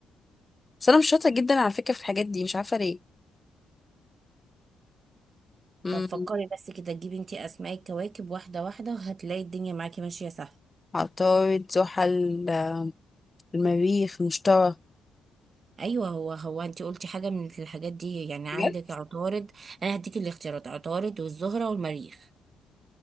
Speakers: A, on the left; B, on the right.
A: بس انا مش شاطره جدا على فكره في الحاجات دي مش عارفه ليه امم
B: طب فكري بس كده تجيبي انت اسماء الكواكب واحده واحده هتلاقي الدنيا معاكي ماشيه سهل
A: عطارد زحل المريخ المشتري
B: ايوه هو هو انت قلتي حاجه من الحاجات دي يعني عندك
A: بجد
B: عطارد انا هديك الاختيارات عطارد والزهره والمريخ